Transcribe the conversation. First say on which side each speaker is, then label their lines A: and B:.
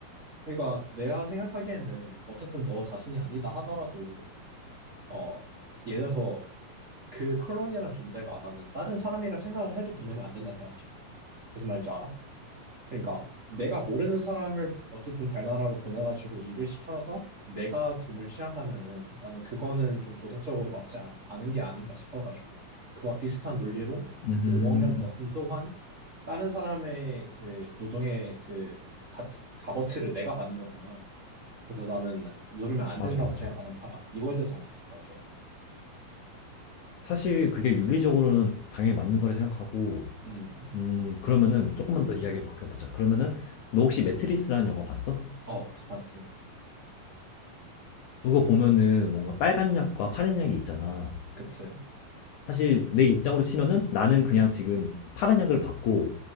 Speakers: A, on the right (about 70°); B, on the left (about 75°).
A: 그러니까 내가 생각하기에는 어쨌든 너 자신이 아니다 하더라도 어, 예를 들어서 그 콜론이라는 존재가 나는 다른 사람이라 생각을 해도 보내면 안 된다 생각해. 무슨 말인지 알아? 그러니까 내가 모르는 사람을 어쨌든 달나라로 보내가지고 일을 시켜서 내가 돈을 취한다면은 나는 그거는 좀 도덕적으로 맞지 않, 은게 아닌가 싶어가지고 그와 비슷한 논리로
B: 음,
A: 그 5억 년 버슨 또한 다른 사람의 그 노동의 그 가, 값어치를 내가 받는 거잖아. 그래서 나는 누르면 안
B: 맞아,
A: 된다고
B: 맞아.
A: 생각하는 파야. 이거에 대해서 어떻게 생각해?
B: 사실 그게 윤리적으로는 당연히 맞는 거라 생각하고,
A: 음,
B: 음, 그러면은 조금만 더 이야기를 바꿔보자. 그러면은 너 혹시 매트리스라는 영화 봤어?
A: 어, 다 봤지.
B: 그거 보면은 뭔가 빨간 약과 파란 약이 있잖아.
A: 그치.
B: 사실 내 입장으로 치면은 나는 그냥 지금 파란 약을 받고